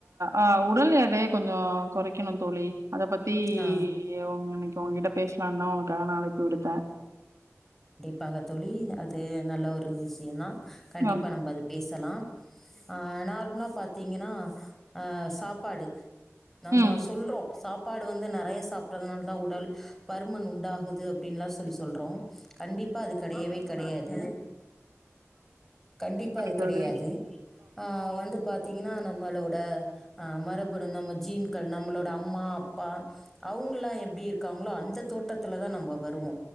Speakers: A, on the right; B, in the centre.
A: அ உடல் எடைய கொஞ்சோ கொறைக்கணு தோழி அத பத்
B: ஆ
A: ஏ உங் இன்னைக்கு உங்கிட்ட பேசலாம்தா உனக்காக நா அழைப்பு விடுத்த
B: பாகத் தோழி அது நல்ல ஒரு விஷயோந்தா கண்டிப்பா
A: ம்
B: நம்ப அது பேசலா ஆ நார்மலா பாத்தீங்கன்னா ஆ சாப்பாடு நம்ம
A: ம்
B: சொல்றோ சாப்பாடு வந்து நறைய சாப்புட்றதுனால தா உடல் பருமன் உண்டாகுது அப்டின்லாம் சொல்லி சொல்றோம் கண்டிப்பா அது கெடையவே கெடையாது கண்டிப்பா
A: சரி
B: அது
A: தோழி.
B: கெடையாது ஆ வந்து பாத்தீங்கன்னா நம்மளோட அ மரபனு நம்ம ஜீன்கள் நம்மளோட அம்மா அப்பா அவுங்கல்லா எப்டி இருக்காங்ளோ அந்த தோற்றத்துல தா நம்போ வருவோ